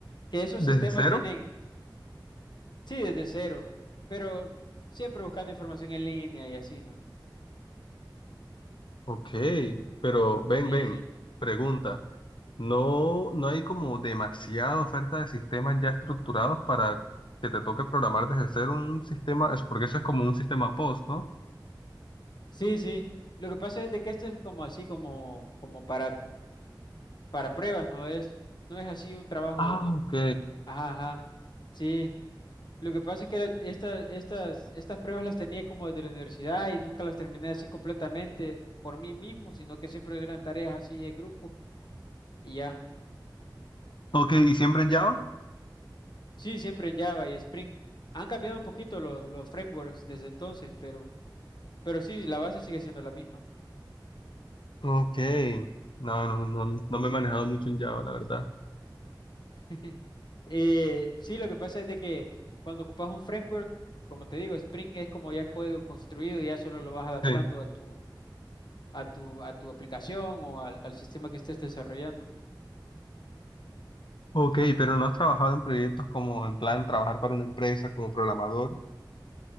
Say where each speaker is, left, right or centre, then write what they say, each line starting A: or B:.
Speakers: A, on the left (about 65°); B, on the left (about 90°).
A: que esos
B: ¿Desde
A: sistemas
B: cero?
A: tienen, sí, desde cero, pero siempre buscando información en línea y así, ¿no?
B: Ok, pero ven,
A: Sí,
B: ven,
A: sí.
B: pregunta. ¿No, no hay como demasiada oferta de sistemas ya estructurados para que te toque programar desde cero un sistema? Es porque eso es como un sistema post, ¿no?
A: Sí, sí. Lo que pasa es de que esto es como así, como, como para, para pruebas, no es, no es así un trabajo,
B: Ah, ok.
A: ajá, ajá. Sí. Lo que pasa es que estas, estas, estas pruebas las tenía como desde la universidad y nunca las terminé así completamente por mí mismo, sino que siempre eran tareas así en grupo y ya.
B: Ok, ¿y siempre en Java?
A: Sí, siempre en Java y Spring. Han cambiado un poquito los, los frameworks desde entonces, pero, pero sí, la base sigue siendo la misma.
B: Ok. No, no,
A: Ujú.
B: no, no me he manejado mucho en Java, la verdad.
A: <laughs> Eh, sí, lo que pasa es de que cuando ocupas un framework, como te digo, Spring es como ya código construido, ya solo lo vas adaptando
B: Sí.
A: a tu, a tu, a tu aplicación o al, al sistema que estés desarrollando.
B: Ok, pero no has trabajado en proyectos como en plan trabajar para una empresa como programador.